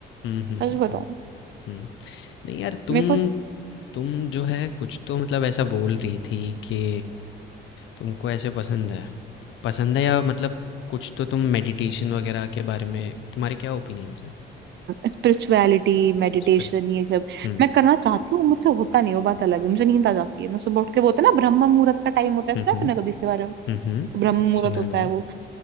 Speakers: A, on the left; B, on the right.
A: हम्म हम्म हम्म
B: सच बताऊं
A: हम्म, हम्म। नहीं यार तुम
B: मेरे को
A: तुम जो है कुछ तो मतलब ऐसा बोल रही थी कि तुमको ऐसे पसंद है पसंद है या मतलब कुछ तो तुम मेडिटेशन वगैरह के बारे में तुम्हारे क्या ओपिनियंस हैं
B: स्पिरिचुअलिटी मेडिटेशन
A: उस पर
B: ये सब
A: हम्म
B: मैं करना चाहती हूँ मुझसे होता नहीं वो बात अलग है मुझे नींद आ जाती है मैं सुबह उठ के वो होता है ना ब्रह्म मुहूर्त का टाइम होता है
A: हम्म
B: सुना
A: हम्म
B: है तूने कभी इसके बारे में
A: हम्म हम्म,
B: ब्रह्म मुहूर्त
A: सुना
B: होता
A: है मैंने
B: है वो